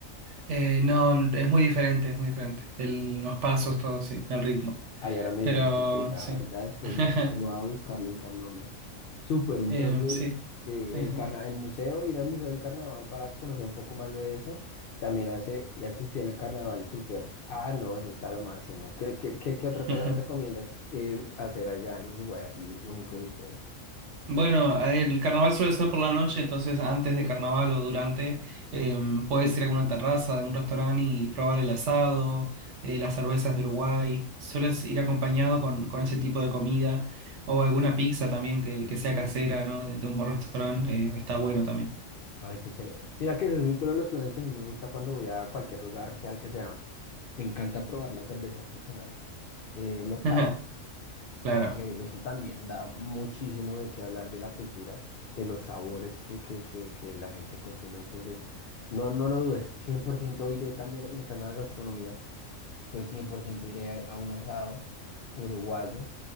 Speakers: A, on the right; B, on the left.
A: Eh, no, es muy diferente, es muy diferente. El- los pasos, todo, sí, el ritmo,
B: Ahí ahora me
A: pero
B: dio más intriga.
A: sí,
B: Ahorita después,
A: <laughs>
B: más tarde, voy a buscarlo el candome. Súper, entonces,
A: Eh, sí,
B: eh,
A: sí,
B: el
A: sí.
B: carna el museo, ir al Museo del Carnaval para conocer un poco más de eso, también hace y asistir al carnaval, súper. Ah, no, eso está lo máximo. ¿Qué, qué, qué, qué otra
A: <laughs>
B: cosa me recomiendas eh, hacer allá en Uruguay, así único de ustedes?
A: Bueno, el carnaval suele ser por la noche, entonces antes de carnaval o durante, eh, puedes ir a alguna terraza, a un restaurante y probar el asado, eh, las cervezas de Uruguay. Sueles ir acompañado con, con ese tipo de comida o alguna pizza también que, que sea casera, ¿no? De, de un buen restaurante, eh, está bueno también.
B: Ay, qué chévere. Mira que ese es otro de los planes que a mí me gusta cuando voy a cualquier lugar, sea el que sea. Me encanta probar la cerveza artesanal eh, local.
A: <laughs> Claro.
B: porque eso también da muchísimo de qué hablar de la cultura, de los sabores que, que, que, que la gente consume. Entonces, no, no lo dudes, 100% iré también, me encanta la gastronomía, entonces 100% iré a, a un asado uruguayo.